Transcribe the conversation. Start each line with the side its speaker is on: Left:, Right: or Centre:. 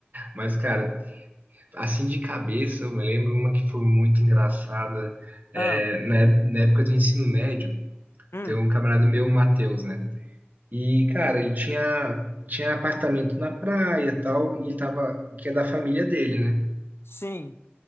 Right: Mas, cara, assim de cabeça, eu me lembro uma que foi muito engraçada. É,
Left: Ah,
Right: na, ép- na época do ensino médio,
Left: hum,
Right: tem um camarada meu, o Matheus, né? E, cara, ele tinha, tinha apartamento na praia e tal, e ele tava, que é da família dele, né?
Left: sim.